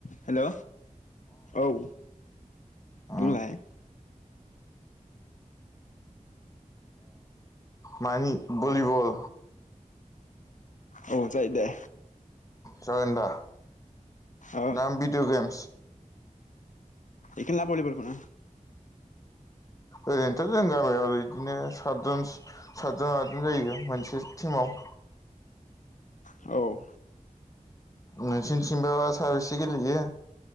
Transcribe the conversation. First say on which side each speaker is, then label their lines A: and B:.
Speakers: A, on the left; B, on the left.
A: हेल' औ
B: अ
A: बुंलाय
B: मानि भलिबल
A: औ जायो दे
B: जागोनदा
A: औ
B: नाम बिडिअ गेम्स
A: एखोनोला भलिबलखौनो
B: ओरैनोथ' जों गामियाव ओरै बिदिनो सातजन सातजन आदजन जायो मोनसे टिमाव
A: औ
B: नोंसोनिथिंबा साबेसे गेलेयो